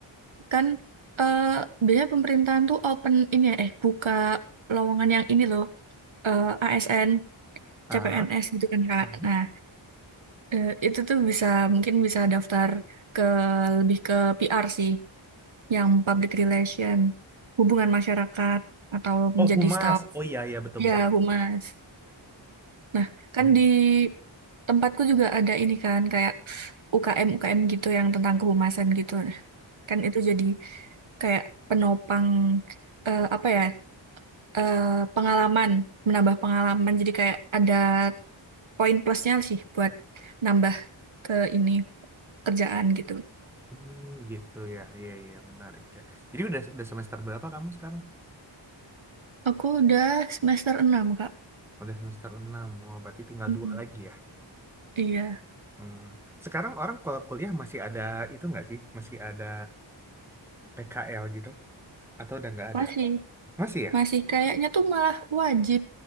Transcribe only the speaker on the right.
kan eh biasanya pemerintahan tuh open ini ya eh buka lowongan yang ini loh eh, ASN
CPNS gitu kan Kak
nah Eh, itu tuh bisa mungkin bisa daftar ke lebih ke PR sih, yang public relation, hubungan masyarakat atau
menjadi
staff.
Ya,
humas. Nah, kan
di tempatku juga ada ini kan kayak UKM UKM gitu yang tentang kehumasan gitu. Nah, kan itu jadi kayak penopang eh, apa ya? eh, pengalaman, menambah pengalaman. Jadi kayak ada poin plusnya sih buat nambah ke ini kerjaan gitu.
Aku udah semester enam Kak.
Mm-mm.
Iya,
masih.
Masih kayaknya tuh malah wajib.